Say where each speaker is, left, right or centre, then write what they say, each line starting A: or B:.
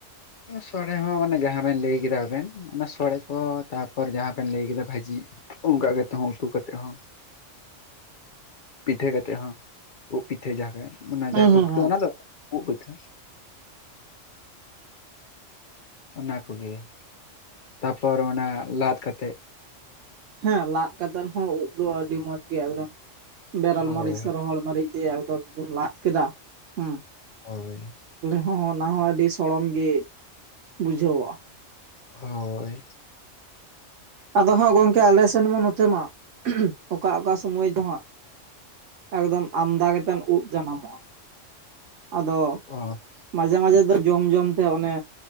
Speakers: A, on the left (about 50°); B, on the right (about 70°).
A: ᱥᱚᱲᱮ ᱦᱚᱸ ᱢᱟᱱᱮ ᱡᱟᱦᱟᱸ ᱵᱮᱱ ᱞᱟᱹᱭ ᱠᱮᱫᱟ ᱟᱵᱮᱱ ᱚᱱᱟ ᱥᱚᱲᱮ ᱠᱚ ᱛᱟᱯᱚᱨ ᱡᱟᱦᱟᱸ ᱵᱮᱱ ᱞᱟᱹᱭ ᱠᱮᱫᱟ ᱵᱷᱟᱹᱡᱤ᱾ ᱚᱱᱠᱟ ᱠᱟᱛᱮ ᱦᱚ, ᱸ ᱩᱛᱩ ᱠᱟᱛᱮᱜ ᱦᱚᱸ, ᱯᱤᱴᱷᱟᱹ ᱠᱟᱛᱮᱜ ᱦᱚᱸ᱾ ᱩᱫᱽ ᱯᱤᱴᱷᱟᱹ ᱡᱟᱦᱟᱸ ᱢᱟᱱᱮ
B: ᱦᱩᱸ
A: ᱡᱟ ᱯᱷᱩᱴᱠᱟᱹ
B: ᱦᱩᱸ ᱦᱩᱸ
A: ᱚᱱᱟ ᱫᱚ ᱩᱫᱽ ᱯᱤᱴᱷᱟᱹ᱾ ᱚᱱᱟ ᱠᱚᱜᱮ ᱛᱟᱯᱚᱨ ᱚᱱᱟ ᱞᱟᱫ ᱠᱟᱛᱮᱜ᱾
B: ᱦᱮᱸ ᱞᱟᱫ ᱠᱟᱛᱮᱫ ᱦᱚᱸ ᱩᱫᱽ ᱫᱚ ᱟᱹᱰᱤ ᱢᱚᱸᱡᱽ ᱜᱮ ᱮᱠᱫᱚᱢ ᱵᱮᱨᱮᱞ
A: ᱦᱳᱭ
B: ᱢᱟᱨᱤᱪ ᱥᱮ ᱨᱚᱦᱚᱲ ᱢᱟᱹᱨᱤᱪ ᱫᱤᱭᱟᱹ <unintelligible> ᱞᱟᱫ ᱠᱮᱫᱟ ᱦᱮᱸ
A: ᱦᱳᱭ᱾
B: ᱦᱚᱸ ᱚᱱᱟ ᱦᱚᱸ ᱟᱹᱰᱤ ᱥᱚᱲᱚᱢ ᱜᱮ ᱵᱩᱡᱷᱟᱹᱣᱜᱼᱟ᱾
A: ᱦᱳᱭ᱾
B: ᱟᱫᱚ ᱦᱟᱸᱜ ᱜᱚᱝᱠᱮ ᱟᱞᱮ ᱥᱮᱱ ᱢᱟ ᱱᱚᱛᱮ ᱢᱟ ᱚᱠᱟ ᱚᱠᱟ ᱥᱩᱢᱚᱭ ᱫᱚ ᱦᱟᱸᱜ ᱮᱠᱫᱚᱢ ᱟᱢᱫᱟ ᱠᱟᱛᱮᱱ ᱩᱫ ᱡᱟᱱᱟᱢᱚᱜᱼᱟ, ᱟᱫᱚ
A: ᱚ᱾
B: ᱢᱟᱡᱷᱮ ᱢᱟᱡᱷᱮ ᱫᱚ ᱡᱚᱢ ᱡᱚᱢᱛᱮ ᱚᱱᱮ